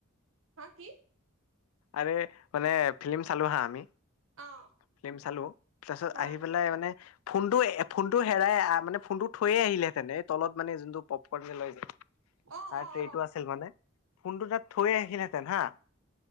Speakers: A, on the right; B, on the left.
A: হা কি?
B: আৰে মানে ফিল্ম চালো হা আমি।
A: অ
B: ফিল্ম চালো। তাৰছত
A: অ
B: আহি পেলাই মানে ফোনটোয়ে ফোনটোয়ে হেৰাই আ, মানে ফোনটো থৈয়ে আহিলেহেতেনে এই তলত মানে যোনটো পপকৰ্ন যে লৈ যে তাৰ
A: অ অ
B: ট্ৰটো
A: অ
B: আছিল মানে ফোনটো তাত থৈ আহিনহেতেন হা